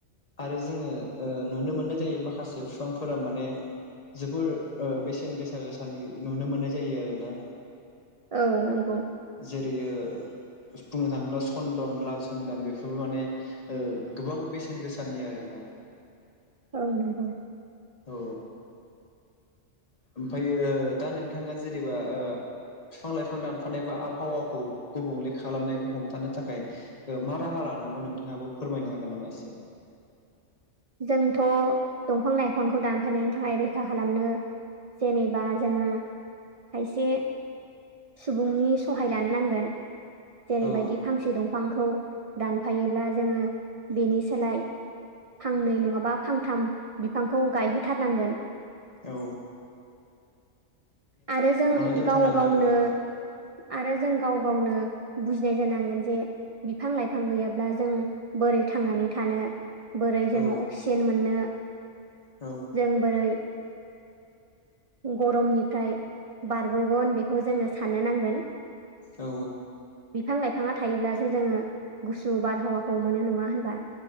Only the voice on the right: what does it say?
औ नंगौ।
औ नंगौ।
जोंथ' दंफां लाइफांखौ दानफायनायनि थाखाय रैखा खालामनो जेनेबा जोङो खायसे सुबुंनि सहाय लानो नांगोन। जेरैबायदि
फांसे दंफांखौ दानफायोब्ला जोङो बेनि सोलाय फांनै नङाबा फांथाम बिफांखौ गायहोथारनांगोन।
आरो जों
गाव गावनो
आरो जों गाव गावनो बुजिनाय जानांगोन जे बिफां लाइफां गैयाब्ला जों बोरै थांनानै थानो। बोरै जोङो
अक्सिजेन मोननो
जों बोरै गरमनिफ्राय- बारग'गोन बेखौ जोङो साननो नांगोन।
बिफां लाइफाङा थायोब्लासो जोङो गुसु बारहावाखौ मोनो नङा होनबा।